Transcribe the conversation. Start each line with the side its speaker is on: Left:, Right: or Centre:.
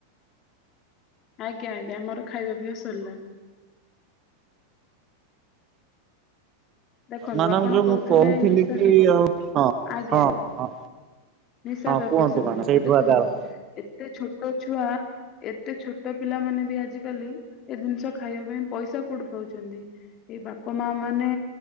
Left: ଆଜ୍ଞା, ଆଜ୍ଞା। ମୋର ଖାଇବା ପିଇବା ସରିଲାଣି। ଦେଖନ୍ତୁ
Right: ମ୍ୟାଡ଼ାମ
Left: ଆପଣ
Right: ଯୋଉ
Left: କହୁଥିଲେ
Right: ମୁଁ କହୁଥିଲି
Left: ନିଶା
Right: କି
Left: ସେବନ
Right: ଆଉ ହଁ
Left: ଆଜ୍ଞା,
Right: ହଁ
Left: ଆଜ୍ଞା
Right: ହଁ
Left: ନିଶା
Right: ହଁ
Left: ଦ୍ରବ୍ୟ
Right: କୁହନ୍ତୁ
Left: ସେବନ।
Right: ମ୍ୟାଡ଼ାମ ସେଇଠୁ
Left: ତ ଦେଖନ୍ତୁ
Right: ଆଗ ଆରମ୍ଭ
Left: ଏତେ ଛୋଟ ଛୁଆ ଏତେ ଛୋଟ ପିଲାମାନେ ବି ଆଜିକାଲି ଏ ଜିନିଷ ଖାଇବା ପାଇଁ ପଇସା କୋଉଠି ପାଉଛନ୍ତି? ଏ ବାପ ମା ମାନେ